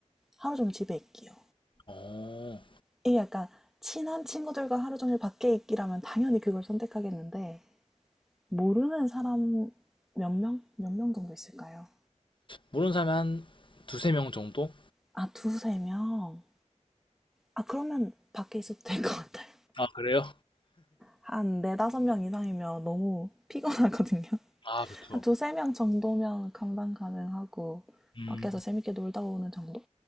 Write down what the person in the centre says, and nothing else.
하루 종일 집에 있기요.
이게 약간 친한 친구들과 하루 종일 밖에 있기라면 당연히 그걸 선택하겠는데 모르는 사람 몇 명? 몇 명 정도 있을까요?
아, 두세 명? 아, 그러면 밖에 있어도 될 것 같아요.
한 네다섯 명 이상이면 너무 피곤하거든요. <laughs>
한 두세 명 정도면 감당 가능하고
밖에서 재밌게 놀다 오는 정도?